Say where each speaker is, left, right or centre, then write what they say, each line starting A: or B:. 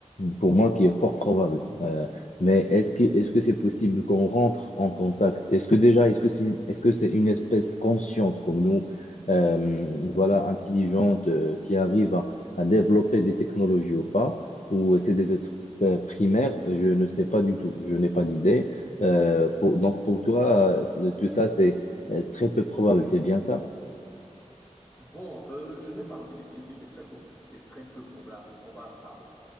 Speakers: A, on the left; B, on the left.
A: pour moi, qui est fort probable. Euh, mais est-ce que, est-ce que c'est possible qu'on rentre en contact? Est-ce que déjà, est-ce que c'est une, est-ce que c'est une espèce consciente comme nous, euh, voilà, intelligente, euh, qui arrive à, à développer des technologies ou pas? Ou c'est des êtres euh, primaires? Je ne sais pas du tout. Je n'ai pas d'idée. Euh, pour,
B: euh,
A: donc pour toi, euh, tout ça, c'est euh, très peu probable. C'est bien ça?
B: Bon, euh, je n'ai pas envie de dire que c'est très peu, c'est très peu probable, probable, pardon.